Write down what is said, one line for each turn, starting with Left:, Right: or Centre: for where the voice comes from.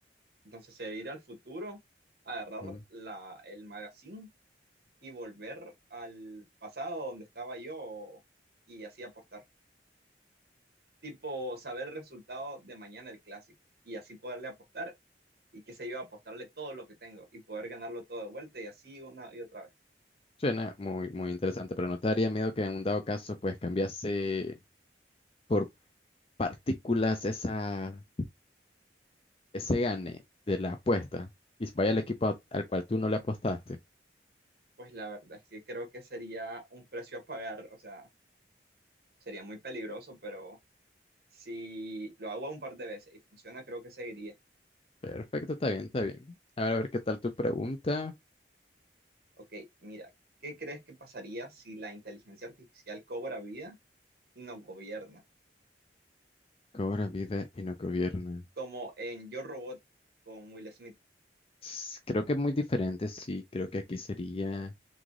Right: Entonces sería ir al futuro, agarrar
Left: Ujú.
Right: la, el magazine y volver al pasado donde estaba yo y así apostar. Tipo, saber el resultado de mañana el clásico y así poderle apostar y qué sé yo, apostarle todo lo que tengo y poder ganarlo todo de vuelta y así una y otra vez.
Left: Suena muy, muy interesante, pero ¿no te daría miedo que en un dado caso pues cambiase por partículas esa, ese gane de la apuesta y vaya al equipo a- al cual tú no le apostaste?
Right: Pues la verdad es que creo que sería un precio a pagar, o sea, sería muy peligroso, pero si lo hago un par de veces y funciona, creo que seguiría.
Left: Perfecto, está bien, está bien. A ver, a ver qué tal tu pregunta.
Right: Ok, mira, ¿qué crees que pasaría si la inteligencia artificial cobra vida y nos gobierna?
Left: Cobra vida y no gobierna.
Right: como en Yo Robot con Will Smith,
Left: S- Creo que es muy diferente, sí, creo que aquí sería...